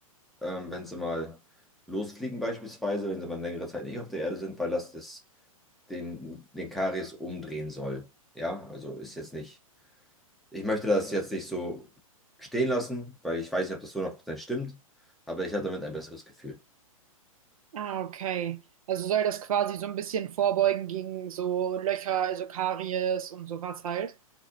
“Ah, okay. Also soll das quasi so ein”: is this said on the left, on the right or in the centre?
Right